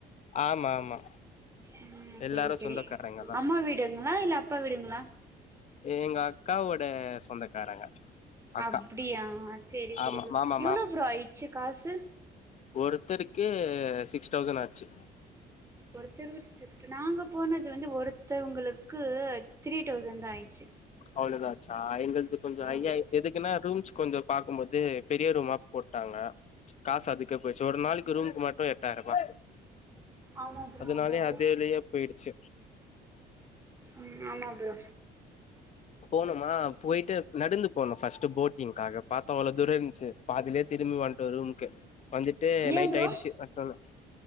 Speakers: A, on the left; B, on the right.
A: ஆமா ஆமா
B: ம்.
A: எல்லாரு
B: சேரி சேரி
A: சொந்தக்காரங்க தா
B: அம்மா வீடுங்களா இல்ல அப்பா வீடுங்களா
A: ஏங் அக்காவோட சொந்தக்காரங்க. அக்கா
B: அப்பிடியா சேரி சேரி
A: ஆமா
B: ப்ரோ
A: மாமா
B: எவ்ளோ! ப்ரோ ஆயிச்சி காசு.
A: ஒருத்தருக்கே சிக்ஸ் தௌசண்ட் ஆச்சி
B: ஒருத்தருக்கு சிக்ஸ்டு நாங்க போனது வந்து ஒருத்தவங்களுக்கு த்ரீ தௌசண்ட் தா ஆயிச்சி
A: அவ்ளதா ஆச்சா எங்களுது கொஞ்சோ ஐ
B: ப்ரோ
A: ஆய்ச்சி எதுக்குன்னா ரூம்ஸ் கொஞ்சோ பாக்கு போது பெரிய ரூமா போ ட்டாங்க காசு அதுக்கே போய்ச்சி ஒரு நாளைக்கு ரூமுக்கு மட்டு எட்டாயிரூவா
B: ஆமா ப்ரோ
A: அதனாலியே
B: ஆமா ப்ரோ
A: அதேலியே போயிடுச்சி
B: ம் ஆமா ப்ரோ
A: போனுமா போயிட்டு நடந்து போணு ஃபஸ்ட்டு போட்டிங்க்காக பாத்த அவ்ளோ தூர இருந்துச் பாதிலே திரும்பி வண்டோ ரூம்கு வந்துட்டு
B: ஏ
A: நைட்
B: ப்ரோ
A: ஆயிடிச்சி ட்ரனு